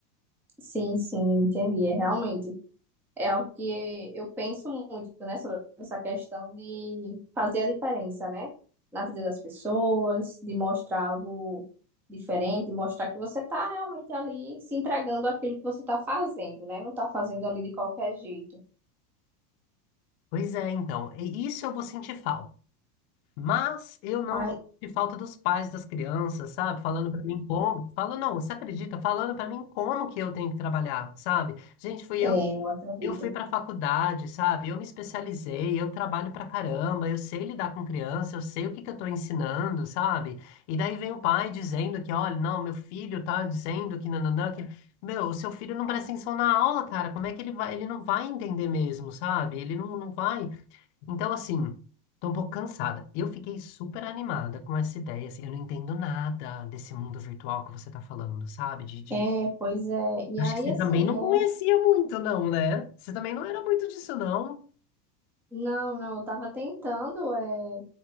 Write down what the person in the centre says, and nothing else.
Sim, sim, entendi. É realmente. é algo que eu penso muito, né, sobre essa questão de fazer a diferença, né, na vida das pessoas, de mostrar algo diferente, mostrar que você está realmente ali se entregando àquilo que você está fazendo, né, não está fazendo ali de qualquer jeito.
Mas,
é,
eu acredito.
É, pois é. E
aí,
assim,
é,
não, não, eu estava tentando, é,